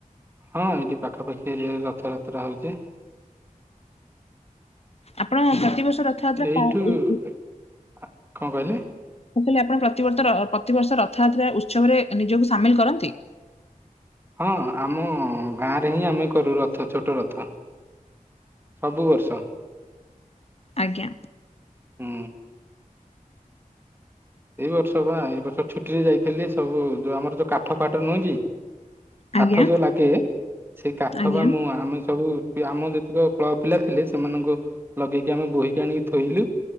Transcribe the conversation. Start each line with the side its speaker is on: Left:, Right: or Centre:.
Right: ହଁ ଏଇଠି ପାଖାପାଖି ଏରିଆରେ ରଥଯାତ୍ରା ହଉଛି।
Left: ଆପଣ ପ୍ରତିବର୍ଷ ରଥଯାତ୍ରା
Right: ଏଇଠୁ
Left: ପା ଉ ଉ
Right: କଣ କହିଲେ?
Left: ଲେ ଆପଣ ପ୍ରତିବର୍ ଅ ପ୍ରତିବର୍ଷ ରଥଯାତ୍ରା ଉତ୍ସବରେ ନିଜକୁ ସାମିଲ କରନ୍ତି?
Right: ହଁ ଆମ ଗାଁ ରେ ହିଁ ଆମେ କରୁ ରଥ ଛୋଟ ରଥ। ସବୁ ବର୍ଷ।
Left: ଆଜ୍ଞା।
Right: ଉଁ। ଏଇ ବର୍ଷ ବା ଏଇ ବର୍ଷ ଛୁଟିରେ ଯାଇଥିଲି ସବୁ ଯୋଉ ଆମର ଯୋଉ କାଠ ଫାଠ ନୁହେଁ କି? କାଠ
Left: ଆଜ୍ଞା
Right: ଯୋଉ ଲାଗେ ସେଇ କାଠ
Left: ଆଜ୍ଞା
Right: ବା ମୁଁ ଆମେ ସବୁ ଆମ ଯେତିକ କ୍ଲବ ପିଲା ଥିଲେ ସେମାନଙ୍କୁ ଲଗେଇକି ଆମେ ବୋହିକି ଆଣିକି ଥୋଇଲୁ